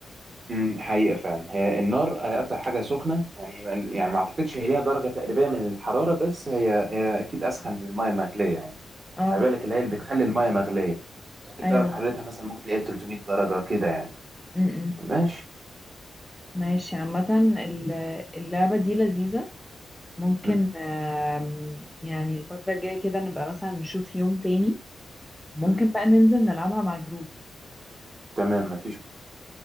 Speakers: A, on the right (about 35°); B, in the centre.
A: أمم، حقيقة فعلا هي النار هي أكتر حاجة سخنة يعني هي يعني ما أعتقدش هي ليها درجة تقريبية من الحرارة بس هي, هي أكيد أسخن من المية المغلية يعني
B: اه
A: ما بالك اللي هي اللي بتخلي المية مغلية أكيد
B: أيوه
A: درجة حرارتها مثلا ممكن تلاقي 300 درجة كده يعني
B: م -م.
A: ماشي
B: ماشي عامة ال- اللعبة دي لذيذة ممكن
A: مم.
B: آم، يعني الفترة الجاية كده نبقى مثلا نشوف يوم تاني ممكن
A: مم.
B: بقى ننزل نلعبها مع جروب
A: تمام مفيش